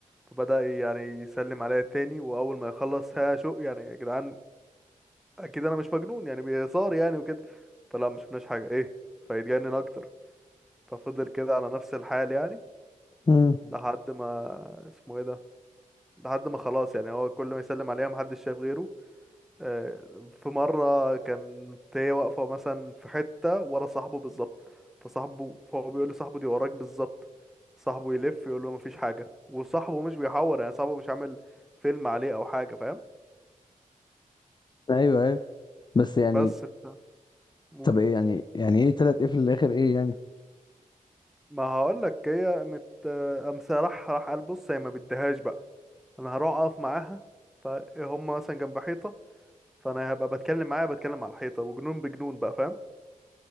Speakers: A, in the centre; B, on the left (about 30°).
A: فبدأ يعني يسلم عليا تاني واول ما يخلص ها شو يعني يا جدعان اكيد انا مش مجنون يعني بهزار يعني وكده فلا ما شفناش حاجه ايه فيتجنن اكتر ففضل كده على نفس الحال يعني
B: آه.
A: لحد ما اسمه ايه ده لحد ما خلاص يعني هو كل ما يسلم عليها محدش شايف غيره آه، في مرة كانت هي واقفة مثلا في حتة ورا صاحبه بالظبط فصاحبه فهو بيقول لصاحبه دي وراك بالظبط صاحبه يلف يقول له مفيش حاجة وصاحبه مش بيحور يعني صاحبه مش عامل فيلم عليه أو حاجة فاهم
B: ايوه ايوه بس يعني
A: بس ف- مول-
B: طب ايه يعني يعني ايه تلات ايه في الاخر ايه يعني
A: ما هقولك هي مت آه، قام راح راح قال بص هي ما بديهاش بقى أنا هروح أقف معاها فهم مثلا جنب حيطة فأنا هبقى بتكلم معاها بتكلم على الحيطة وجنون بجنون بقى فاهم